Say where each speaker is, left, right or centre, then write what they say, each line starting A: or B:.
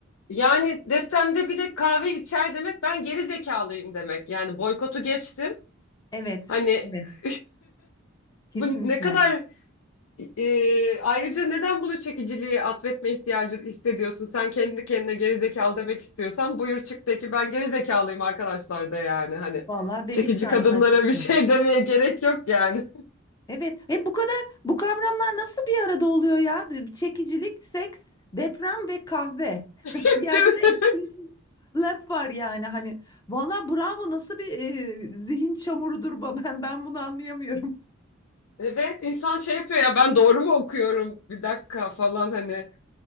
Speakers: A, on the left (about 80°); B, on the left (about 20°).
A: Yani depremde bile kahve içer demek ben geri zekalıyım demek. Yani boykotu geçtim.
B: Evet,
A: Hani
B: evet,
A: <laughs>
B: kesinlikle.
A: bu ne kadar Ee, ayrıca neden bunu çekiciliğe atfetme ihtiyacı hissediyorsun? Sen kendi kendine gerizekalı demek istiyorsan buyur çık de ki ben gerizekalıyım arkadaşlar da yani hani
B: Vallahi demiş
A: çekici
B: zaten
A: kadınlara
B: açıkça.
A: bir şey <laughs> demeye gerek yok yani.
B: Evet. E bu kadar bu kavramlar nasıl bir arada oluyor ya? Çekicilik, seks, deprem ve kahve. <laughs>
A: <laughs>
B: Bir yerde
A: Değil
B: de etkileşim
A: mi?
B: lab var yani hani. Vallahi bravo nasıl bir e, zihin çamurudur bu- <laughs> ben ben bunu anlayamıyorum.
A: Evet insan şey yapıyor ya ben doğru mu okuyorum bir dakika falan hani